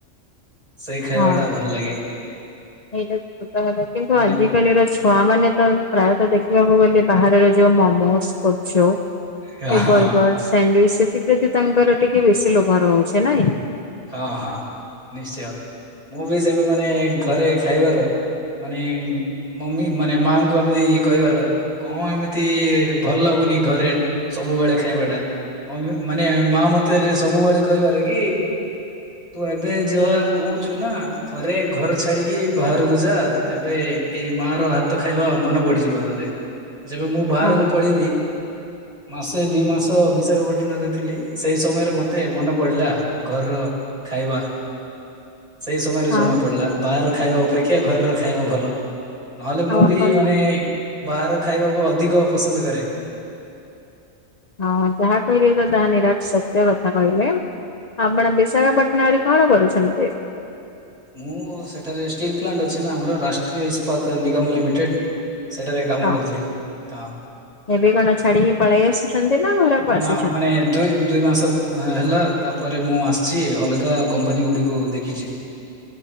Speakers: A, on the right; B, on the left.
A: ସେଇ ଖାଇବା
B: ହଁ
A: ଟା ଭଲ ଲାଗେ।
B: ଏଇଟା ତ ସତ କଥା କିନ୍ତୁ
A: ମାନେ
B: ଆଜି କାଲି ର ଛୁଆ ମାନେ ତ ପ୍ରାୟତଃ ଦେଖିବାକୁ ଗଲେ ବାହାରର ଯୋଉ ମୋମୋସ୍, ଗୁପଚୁପ୍
A: ହଁ
B: ଏ ବର୍ଗର,
A: ହଁ
B: ସାଣ୍ଡୟୁଚ୍ ସେଥିପ୍ରତି ତାଙ୍କର ଟିକେ ବେଶୀ ଲୋଭ ରହୁଚି ନାଇଁ?
A: ଅଁ ହଁ ନିଶ୍ଚୟ ମୁଁ ବି ଯେବେ ମାନେ ଘରେ ଖାଇବାର ମାନେ ମମି ମାନେ ମାଆଙ୍କୁ ଏମିତି କହିବାର କଣ ଏମିତି ଭଲ ଲାଗୁନି ଘରେ ସବୁବେଳେ ଖାଇବା ଟା। ମମି ମାନେ ମାଆ ମତେ ସବୁବେଳେ କହିବାରେ କି ତୁ ଏବେ ଯୋଉ ଆ କହୁଚୁ ନା ଥରେ ଘର ଛାଡିକି ବାହାରକୁ ଯା ତେବେ ଏଇ ମାଆ ର ହାତ ଖାଇବା ମନ ପଡିଯିବ ତତେ। ଯେବେ ମୁଁ ବାହାରକୁ
B: ହଁ
A: ପଳେଇଲି। ମାସେ ଦିଇ ମାସ ବିଶାଖାପାଟଣାରେ ଥିଲି ସେଇ ସମୟରେ ମତେ ମନେ ପଡ଼ିଲା। ଘରର ଖାଇବା ସେଇ ସମୟରେ
B: ହଁ
A: ଜଣା ପଡିଲା। ବାହାର ଖାଇବା ଅପେକ୍ଷା ଘରର ଖାଇବା ଭଲ ନହେଲେ
B: ଆଉ
A: ମୁଁ
B: ଆପଣ
A: ବି ମାନେ ବାହାର ଖାଇବାକୁ ଅଧିକ ପସନ୍ଦ କରେ।
B: ହଁ ଯାହା କହିଲେ ତ ତାହା ନିରାଟ୍ ସତ୍ୟ କଥା କହିଲେ। ଆପଣ ବିଶାଖାପାଟଣା ରେ କଣ କରୁଛନ୍ତି?
A: ମୁଁ ସେଠାରେ ଷ୍ଟିଲ୍ ପ୍ଲାଣ୍ଟ ଅଛି ନା ଆମର ରାଷ୍ଟ୍ରୀୟ ଇସ୍ପାତ ନିଗମ ଲିମିଟେଡ଼୍। ସେଠାରେ କାମ
B: ହଁ
A: କରୁଥିଲୁ ହଁ।
B: ଏବେ କଣ ଛାଡିକି ପଳେଇ ଆସିଛନ୍ତି ନା ଘରକୁ
A: ନା
B: ଆସିଛନ୍ତି?
A: ମାନେ ଦୁଇ ଦୁଇ ମାସ ହେଲା ତାପରେ ମୁଁ ଆସଛି ଅଲଗା କମ୍ପାନୀ ଗୁଡ଼ିକୁ ଦେଖିଚି।